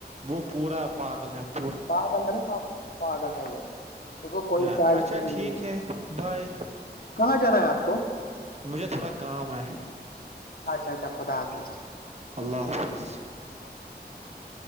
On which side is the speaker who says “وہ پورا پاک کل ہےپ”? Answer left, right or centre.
Right